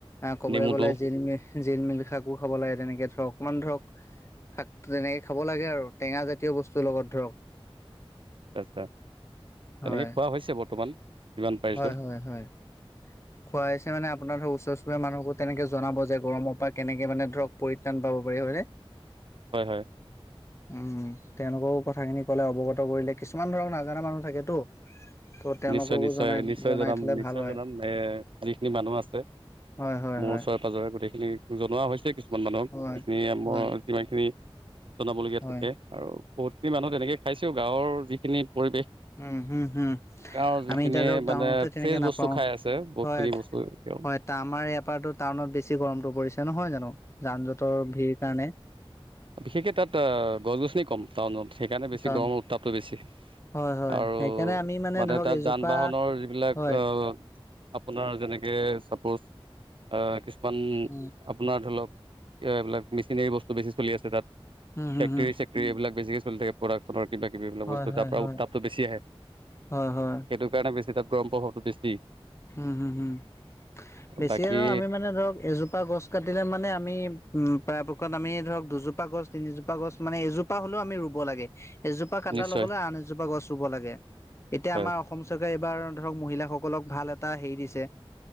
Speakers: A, on the left; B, on the right.
A: আহ ক'বলৈ
B: নেমুটো
A: গ'লে জিল মিল জিল মিল শাকো খাব লাগে তেনেকে ধৰক অকমান ধৰক শাক তেনেকে খাব লাগে আৰু, টেঙা জাতীয় বস্তুৰ লগত ধৰক।
B: ৰাস্তা তেনেকে
A: হয়
B: খোৱা হৈছে বৰ্তমান। যিমান পাৰিছো
A: হয় হয় হয় খুৱাইছে মানে আপোনাৰ ধৰ ওচৰ চুবুৰীয়া মানুহকো তেনেকে জনাব যে গৰমৰ পৰা কেনেকে মানে দৰক পৰিত্ৰাণ পাব পাৰি হয় নে।
B: হয় হয়।
A: উম তেওঁলোকৰও কথাখিনি কলে অৱগত কৰিলে কিছুমান ধৰক নাজানা মানুহ থাকেতো। ত তেওঁলোককো
B: নিশ্চয় নিশ্চয়
A: জনাই
B: নিশ্চয়
A: জনাই
B: জনাম
A: থলে
B: নিশ্চয়
A: ভাল হয়
B: জনাম এ যিখিনি মানুহ আছে
A: হয় হয়
B: মোৰ
A: হয়
B: ওচৰে পাজৰে। গোটেইখিনি জনোৱা হৈছে কিছুমান মানুহক
A: হয়
B: যিখিনি
A: হয়
B: যিমান খিনি। জনাবলগীয়া
A: হয়।
B: থাকে আৰু বহুতখিনি মানুহ তেনেকৈ খাইছেও গাঁৱৰ যিখিনি পৰিৱেশ
A: উম হম হম।
B: গাঁৱৰ যিখিনি
A: আমি এতিয়া ধৰক
B: মানে
A: টাউনতে তেনেকে
B: ফ্ৰেছ
A: নাপাও
B: বস্তু খাই আছে বহুতখিনি
A: হয়
B: বস্তু তেওঁ
A: হয় আমাৰ ইয়াৰ পৰাটো। কণত বেছি গৰমটো পৰিছে নহয় জানো, যান জঁটৰ ভিৰ কাৰণে।
B: বিশেষকে তাত গছ গছনি কম টাউনত। সেইকাৰণে বেছি
A: টাউন
B: গৰমৰ উত্তাপটো বেছি
A: হয়, হয়,
B: আৰু
A: সেইকাৰণে আমি
B: মানে
A: ধৰক
B: তাত
A: এজোপা
B: যান বাহনৰ যিবিলাক
A: হয়,
B: অহ আপোনাৰ যেনেকে চাপোজ আহ কিছুমান
A: উম,
B: আপোনাৰ ধৰি লওক। এইবিলাক মেচিনেৰি বস্তু বেছি চলি আছে তাত
A: হুম, হুম,
B: ফেক্টৰী
A: হুম,
B: চেক্টৰী এইবিলাক। বেছিকে চলি থাকে প্ৰডাক্টফতৰ কিবা কিবি এইবিলাক
A: হয়,
B: বস্তু
A: হয়,
B: তাৰ পৰা
A: হয়,
B: উত্তাপটো বেছি আহে।
A: হয় হয়।
B: সেইটো কাৰণে বেছি তাত গৰম প্ৰভাৱটো বেছি।
A: হম হম হম। বেছিয়ে
B: বাকী
A: ধৰ আমি মানে ধৰক এজোপা গছ কাটিলে মানে আমি উম, পাৰাপক্ষত আমি ধৰক দুজোপা গছ তিনিজোপা গছ মানে এজোপা হলেও আমি ৰুব লাগে। এজোপা কাটাৰ
B: নিশ্চয়
A: লগে লগে আন এজোপা গছ ৰুব লাগে, এতিয়া
B: হয়
A: আমাৰ অসম চৰকাৰে বাৰু ধৰক মহিলাসকলক ভাল এটা হেৰি দিছে।